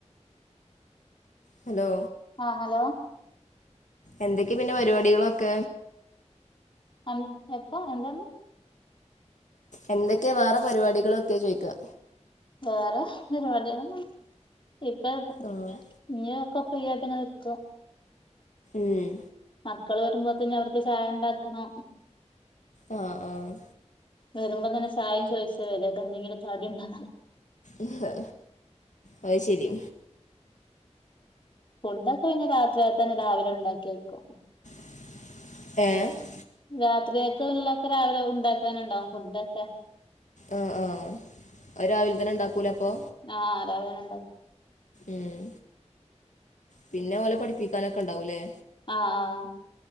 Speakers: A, on the left (about 85°); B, on the left (about 45°).
A: ഹലോ
B: ആ ഹലോ
A: എന്തൊക്കെ പിന്നെ പരിപാടികളൊക്ക?
B: അം എപ്പം ന്താന്ന്‌
A: എന്തൊക്കെ വേറെ പരിവാടികളൊക്ക ചോയ്ക്ക
B: വേറെ പരിപാടികളൊന്നില്ല. ഇപ്പേം
A: ആഹ്
B: ഞ്ക്കൊ ഫ്രീ ആയിട്ടൊക്കെ നിക്കും.
A: മം.
B: മക്കള് വരുമ്പോത്തിന് അവര്ക് ചായ ഉണ്ടാകണം.
A: അ ആ.
B: വരുമ്പത്തന്നെ ചായിം ചോയ്ച്ച വരല്. എന്തെങ്കിലു കടിണ്ടാ
A: ങ്‌ഹേ അത് ശരി.
B: ഫുടൊക്കെ <unintelligible> രാവിലെ ഉണ്ടാക്കി വെക്കും.
A: ഏ.
B: രാത്രിക്കെ ഉള്ളതൊക്കെ രാവിലെ ഉണ്ടാകാനുണ്ടാകും. ഫുടൊക്കെ
A: ആ അത് രാവിലെ തന്നെ ഇണ്ടാക്കൂലേ അപ്പൊ
B: ആ രാവിലെന്നെ ഉണ്ടാകും.
A: ഉം പിന്നെ ഓലെ പഠിപ്പിക്കാനൊക്കെ ണ്ടാകുലേ.
B: അ ആ.